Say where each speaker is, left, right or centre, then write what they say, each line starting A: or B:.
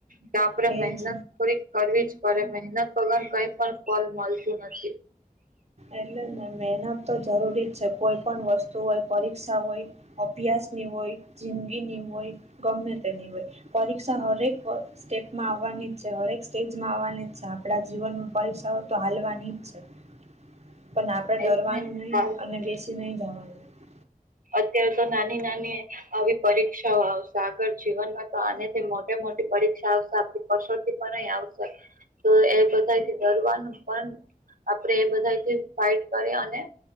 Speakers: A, on the right; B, on the right.
A: કે આપડે
B: એ
A: મહેનત
B: જ
A: થોરી કરવી જ પડે મહેનત વગર કઈ પણ ફલ મળતું નથી.
B: એટલે ને મહેનત તો જરૂરી જ છે કોઈ પણ વસ્તુ હોય પરીક્ષા હોય અભ્યાસ ની હોય જિંદગી ની હોય ગમે તેની હોય પરીક્ષા હરેક સ્ટેપમાં આવવાની જ છે હરેક સ્ટેજમાં આવવાની જ છે આપણા જીવનમાં પરીક્ષાઓ તો હાલવાની જ છે. પણ આપડે ડરવાનું
A: એજ ને
B: નય
A: હા
B: અને નહી જવાનું
A: અત્યારે તો નાની નાની આવી પરીક્ષાઓ આવશે આગળ જીવનમાં તો આનેથી મોટે મોટી પરીક્ષા આવશે આપણી કસોટી પણએ આવશે તો એ બધા થી ડરવાનું પણ આપડે એ બધાથી ફાઈટ કરી અને